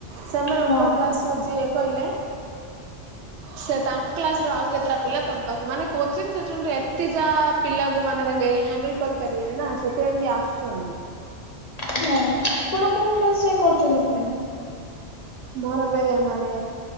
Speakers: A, on the right; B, on the left.
A: ସେମାନେ
B: ହଉ।
A: ଉପର କ୍ଲାସ କୁଯିବେ କଇଲେ। ସେ ତାଙ୍କ କ୍ଲାସ ରୁ ଆଉ କେତେଟା ପିଲା ତମ ପାଖକୁ ମାନେ କୋଚିଂ ସେଣ୍ଟର ଏତେ ଯାମ୍ ପିଲାକୁ ମାନେ ତାଙ୍କେ ହ୍ୟାଣ୍ଡଲ କରିପାରିବେନି ନା ସେଥିପାଇଁ ଆସହରି।
B: ହଁ ଆପଣ କୋଉ କ୍ଲାସ ଯାଏ କରୁଚନ୍ତି ପିଲାଙ୍କୁ?
A: ମୋର ଏବେ ମାନେ